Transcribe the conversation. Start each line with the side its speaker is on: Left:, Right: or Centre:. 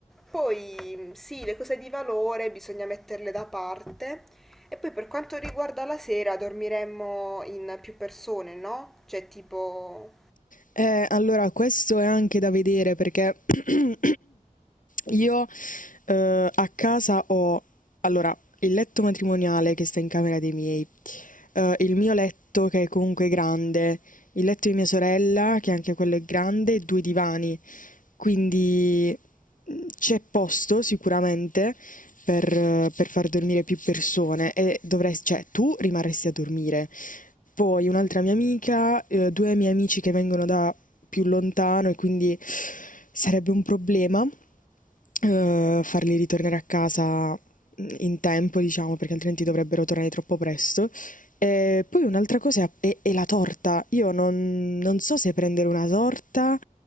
Centre: poi sì, le cose di valore bisogna metterle da parte. E poi per quanto riguarda la sera, dormiremmo in più persone, no? Cioè tipo...
Left: Eh, allora, questo è anche da vedere perché <clears throat> io eh, a casa ho, allora, il letto matrimoniale che sta in camera dei miei, eh, il mio letto che è comunque grande, il letto di mia sorella che anche quello è grande, e due divani. Quindi mh, c'è posto sicuramente per, eh, per far dormire più persone e dovresti, cioè tu rimarresti a dormire. Poi un'altra mia amica, eh, due miei amici che vengono da più lontano e quindi sarebbe un problema uhm, farli ritornare a casa mm, in tempo, diciamo, perché altrimenti dovrebbero tornare troppo presto. E poi un'altra cosa è è è la torta. Io non non so se prendere una torta